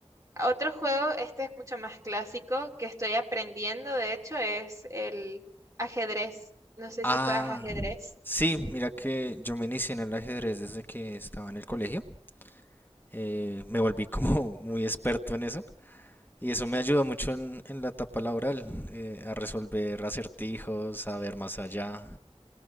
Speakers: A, on the right; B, on the left.
A: Otro juego, este es mucho más clásico, que estoy aprendiendo, de hecho, es el ajedrez. No sé
B: Ah,
A: si juegas ajedrez.
B: sí, mira que yo me inicié en el ajedrez desde que estaba en el colegio. eh, me volví como <laughs> muy experto en eso. Y eso me ayudó mucho en, en la etapa laboral, eh, a resolver acertijos, a ver más allá.